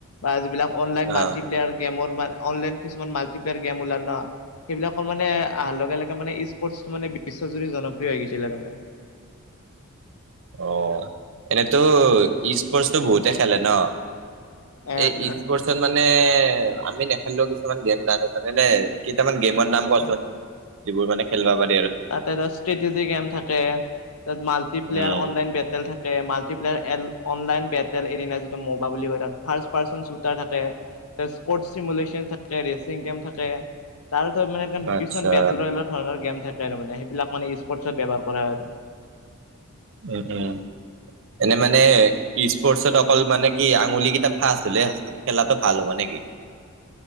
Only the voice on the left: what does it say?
বা যিবিলাক অনলাইন
মাল্টিপ্লেয়াৰ গেমলাইনৰ কিছুমান মাল্টিপ্লেয়াৰ গেম ওলাল ন। সেইবিলাকৰ মানে অহাৰ লগে লগে মানে স্পৰ্টটো মানে বিশ্বজুৰি জনপ্ৰিয় হৈ গৈছিলে তাৰ মানে।
এ
এ এ
তাতে ষ্ট্ৰেটেজি গেম থাকে তাত মাল্টিপ্লেয়াৰ
অনলাইন বেটেল থাকে। <unintelligible> মাল্টিপ্লয়াৰ এন অনলাইন বেটেল এই দিনা যিটো ম'বাইল বুলি কয় তাত ফাৰ্ষ পাৰ্চেন্টে চুৰটা থাকে। স্পৰ্ট চিমুলেশচন থাকে ৰেচিং গেম থাকে। তাৰ পিছত মানে
বেটেলৰ ধৰণৰ গেম থাকে। মানে সেইবিলাক মানে স্পৰ্টচ ব্যৱহাৰ কৰা হয় আৰু।